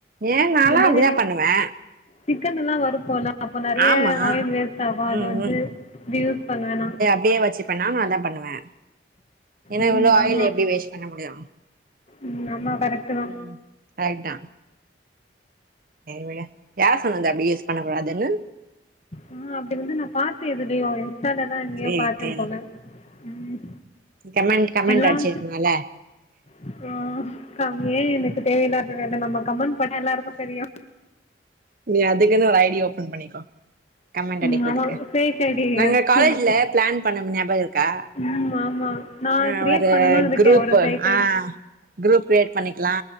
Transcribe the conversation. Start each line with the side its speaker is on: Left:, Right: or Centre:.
Right: ஏ நாலா
Left: இந்த மாத்ரி
Right: அப்டிதா பண்ணுவே
Left: சிக்கனெல்லா வறுப்போல அப்போ நெறைய
Right: ஆமா
Left: ஆயில் வேஸ்ட்டாகு அது
Right: ம்
Left: வந்து
Right: ம்
Left: ரீயூஸ் பண்ணுவே நா
Right: அப்டியே வெச்சுப்பே நானு அதா பண்ணுவே ஏனா
Left: ம்
Right: இவ்ளோ ஆயில்
Left: ஆமாம்
Right: எப்டி வேஸ்ட் பண்ண முடியு
Left: ம் ஆமாம் கரெக்ட்டு தான்
Right: ம் ரைட் தா செரி விடு யார் சொன்னது அப்டி யூஸ் பண்ணக்கூடாதுன்னு
Left: ஆ அப்டி வந்து நா பாத்தே எதுலியோ இன்ஸ்டால தா எங்கியோ
Right: சேரி
Left: பாத்தே
Right: சேரி
Left: போல ம்
Right: கமெண்ட் கமெண்ட்
Left: எல்லா
Right: அடிச்சிருக்குங்கல்ல
Left: <unintelligible> அப்றோ கம் ஏ எனக்கு தேவையில்லத வேல நம்ம கமண்ட் போட்ட எல்லாருக்கு தெரியு
Right: நீ அதுக்குன்னு ஒரு ஐடிய ஓபன் பண்ணிக்கோ கமெண்ட்
Left: ம்
Right: அடிக்கிறதுக்கு
Left: ஆமாம் ஃபேக் ஐடி
Right: நாங்க
Left: எடுத்து
Right: காலேஜ்ல
Left: வச்சு
Right: பிளான் பண்ணமே ஞாபக இருக்கா
Left: ம் ஆமா நா
Right: அ
Left: கிரியேட்
Right: ஒரு
Left: பண்ணனு இருக்கே
Right: குரூப்
Left: ஒரு ஃபேக்
Right: ஆ
Left: ஐ டி
Right: குரூப் கிரியேட் பண்ணிக்கலா